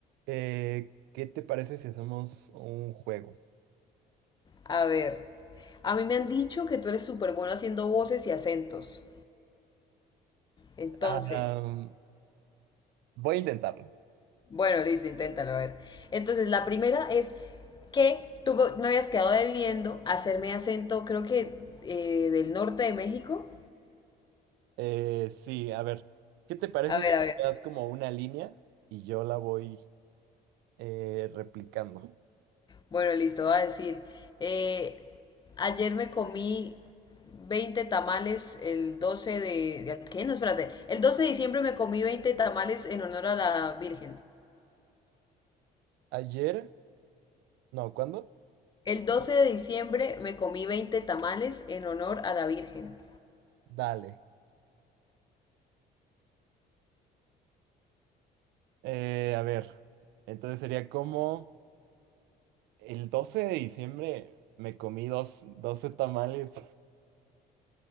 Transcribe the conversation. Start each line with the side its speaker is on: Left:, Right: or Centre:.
Right: Eh, ¿qué te parece si hacemos un juego?
Left: A ver, a mí me han dicho que tú eres súper bueno haciendo voces y acentos. Entonces,
Right: Ah, voy a intentarlo.
Left: bueno, listo, inténtalo, a ver. Entonces, la primera es que tú me habías quedado debiendo hacerme acento, creo que eh, del norte de México.
Right: Eh, sí, a ver, ¿qué te parece
Left: A ver,
Right: si
Left: a ver.
Right: me das como una línea y yo la voy eh, replicando?
Left: Bueno, listo, va a decir, eh, ayer me comí 20 tamales el doce de... de- ¿Qué? No, espérate. El 12 de diciembre me comí 20 tamales en honor a la Virgen.
Right: Ayer, no, ¿cuándo?
Left: El 12 de diciembre me comí 20 tamales en honor a la Virgen.
Right: Dale. Eh, a ver, entonces sería como el 12 de diciembre me comí dos, 12 tamales